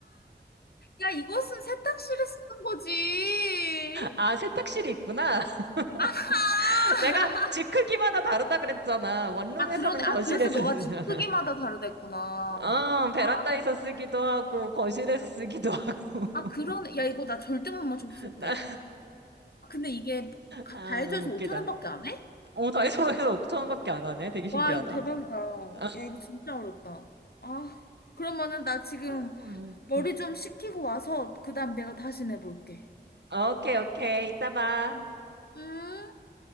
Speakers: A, on the left (about 60°); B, on the right (about 70°).
A: 야, 이것은 세탁실에 쓰는 거지.
B: 아, 세탁실이 있구나. <laughs>
A: 아! <laughs>
B: 내가 집 크기마다 다르다 그랬잖아. 원룸에서는
A: 아, 그러네. 아,
B: 거실에서
A: 그래서 너가
B: 쓰잖아.
A: 집 크기마다 다르댔구나.
B: 어, 베란다에서
A: 아,
B: 쓰기도 하고, 거실에서 쓰기도 하고.
A: 아, 그러네. 야, 이거 나 절대 못 맞췄을
B: <laughs> 나-
A: 듯. 아, 근데 이게 가-
B: 아,
A: 다이소에서
B: 너무 웃기다.
A: 5천 원밖에 안 해?
B: 어, 다이소에서 5천 원밖에 안 하네. 되게 신기하다.
A: 와, 이거 대박이다.
B: <laughs> 아,
A: 야, 이거 진짜 어렵다. 아, 그러면은 나 지금
B: 응.
A: 머리 좀 식히고 와서 그다음 내가 다시 내볼게.
B: 오케이, 오케이. 이따 봐.
A: 음.